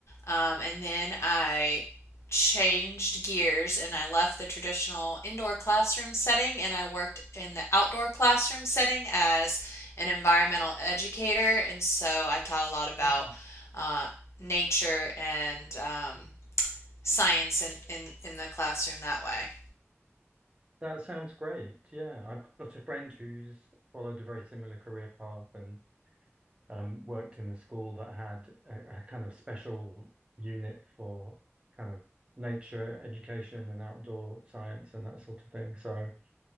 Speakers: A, on the left (about 70°); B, on the right (about 25°).
A: Um, and then I changed gears and I left the traditional indoor classroom setting and I worked in the outdoor classroom setting as an environmental educator. And so I taught a lot about
B: Oh,
A: uh, nature and um, science in, in, in the classroom that way.
B: That sounds great. Yeah, I've got a friend who's followed a very similar career path and um, worked in a school that had a, a kind of special unit for kind of nature education and outdoor science and that sort of thing. So,